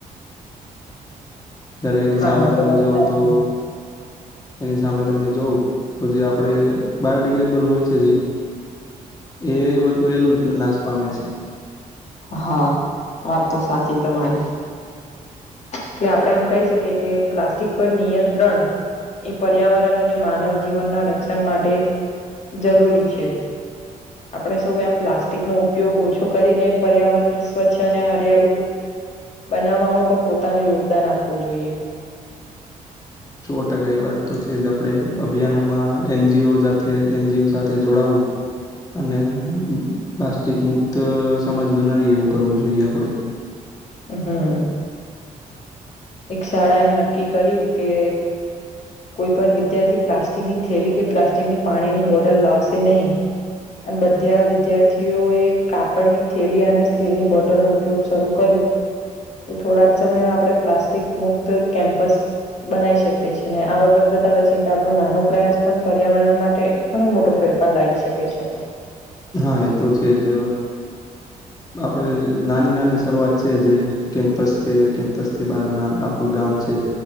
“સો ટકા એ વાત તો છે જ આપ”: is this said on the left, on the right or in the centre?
Left